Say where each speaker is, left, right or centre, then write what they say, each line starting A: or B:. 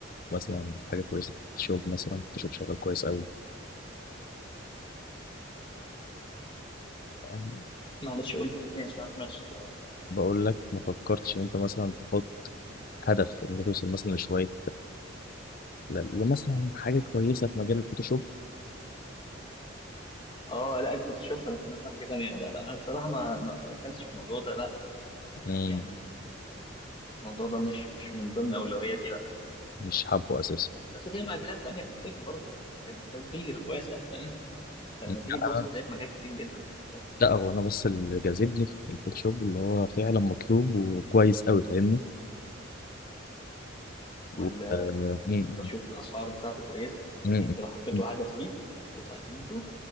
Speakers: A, on the left; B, on the left.
A: مثلا حاجه كويسه في الشغل مثلا تشوف شغال كويس قوي يعني
B: معلش قلت تاني عشان ما سمعتش السؤال
A: بقول لك ما فكرتش ان انت مثلا تحط هدف ان انت توصل مثلا لشويه ل- لمثلا حاجه كويسه في مجال الفوتوشوب
B: اه لا الفوتوشوب انا سمعتها حاجه تانيه لا لا انا الصراحه ما ما ما دخلتش في الموضوع ده لا
A: مم،
B: يعني الموضوع ده مش مش من ضمن اولوياتي لا
A: مش حابه اساسا
B: بس في مجالات تانيه في التك برضو كبير واسع فاهم انت
A: لا
B: لما تيجي تبص
A: أنا-
B: هتلاقي في مجال كتير جدا دخلت ده.
A: لا هو انا بس اللي جاذبني في الفوتوشوب اللي هو فعلا مطلوب وكويس قوي فاهمني
B: وال
A: و... آه، مم،
B: انا بشوف الاسعار بتاعته كويسه
A: مم،
B: يعني
A: مم،
B: انت لو حطيته
A: مم.
B: هدف ليك وتعلمته